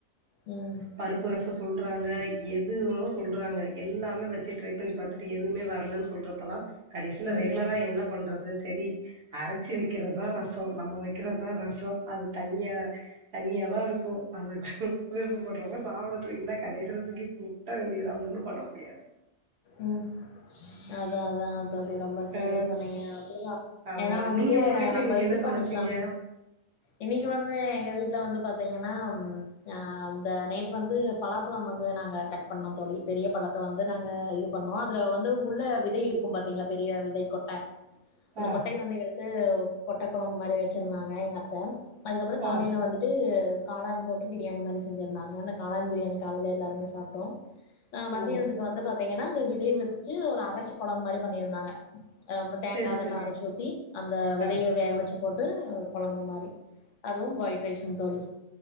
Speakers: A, on the left; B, on the right.
A: ம்
B: பருப்பு ரசோ சொல்றாங்க எதுவு சொல்றாங்க எல்லாமே வச்சி ட்ரை பண்ணி பாத் துட்டு எதுவுமே வரலன்னு சொல்றப்ப தா கடசில
A: ம்
B: ரெகுலரா என்ன பண்றது சரி அரச்சி வைக்கிறதுதா ரசசோ நம்ம வைக்கிறதா ரசசோ அது தண்ணியா தண்ணியா தா இருக்கு அத விருப்ப படுறவங்க சாப்டடும் இல்ல கடசில தூக்கி கொட்ட வேண்டியதா ஒன்னு பண்ண முடியாது
A: ம் அதா அதா தோழி ரொம்ப சரியா
B: ஆ
A: சொன்னீங்க அப்டிதா
B: ஆமா
A: ஏன்னா வந்துட்டு
B: நீங்க உங்க வீட்ல
A: நம்ம
B: இன்னைக்கு
A: இது
B: என்ன சமச்சீங்க
A: பண்ணிக்கலா இன்னக்கி வந்து எங்க வீட்ல வந்து பாத்தீங்கன்னா அ இந்த நேத்து வந்து பலாப்பழம் வந்து நாங்க கட் பண்ணோம் தோழி பெரிய பழத்த வந்து நாங்க இது பண்ணோ அதுல வந் உள்ள விதை இருக்கு பாத்தீங்களா பெரிய விதை கொட்ட அந்த
B: ஆ
A: கொட்டை வந்து எடுத் து கொட்டக்குளம்பு மாரி வச்சிருந்தாங்க எங்க அத்த அதுக்கப்ற காலயில
B: ஆ
A: வந்துட்டு காளான் போட்டு பிரியாணி மாரி செஞ்சருந்தாங்க அந்த காளான் பிரியாிணி காலயில எல்லாருமே சாப்ட்டோ ஆ மத்தியானத்துக்கு
B: ஓ
A: வந்து பாத்தீங்கன்னா அத விதய வச்சு ஒரு அரச்ச கொழம்மாரி பண்ணியிருந்தாங்க அ தேங்கா
B: செரி
A: அதெல்லா
B: செரி
A: அரச்சி ஊத்தி அந்த விதய
B: ஆ
A: வேக வச்சு போட்டு குழம்பு மாறி அதுவு ஒயிட் ரைஸ்வு தோழி